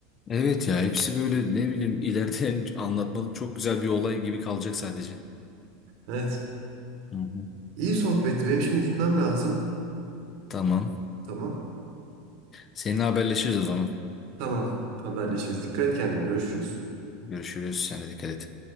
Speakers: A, on the left; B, on the right.
A: Evet ya hepsi böyle ne bileyim ileriden <laughs> anlatmalık çok güzel bir olay gibi kalacak sadece.
B: Evet,
A: Hı hı.
B: iyi sohbetti. Benim şimdi gitmem lazım.
A: Tamam.
B: Tamam,
A: Seninle haberleşiriz o zaman.
B: tamam. Haberleşiriz. Dikkat et kendine. Görüşürüz.
A: Görüşürüz. Sen de dikkat et.